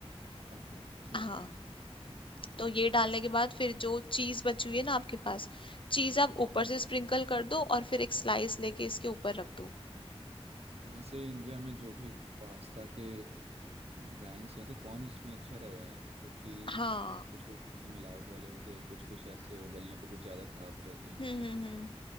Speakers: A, on the right (about 75°); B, on the left (about 55°).
A: ओके ठीक
B: हाँ
A: है
B: तो ये डालने के बाद फिर जो चीज बची हुई है ना आपके पास चीज आप ऊपर
A: हाँ
B: से स्प्रिंकल कर दो और फिर एक स्लाइस लेके इसके ऊपर रख दो
A: और वैसे इंडिया में जो भी पास्ता के ब्रांड्स हैं तो कौन उसमें अच्छा रहेगा क्योंकि
B: हाँ
A: कुछ कुछ ऐसे मिलावट वाले होते हैं कुछ कुछ ऐसे उबलने पे कुछ ज़्यादा खराब हो जाते हैं
B: हम्म हम्म हम्म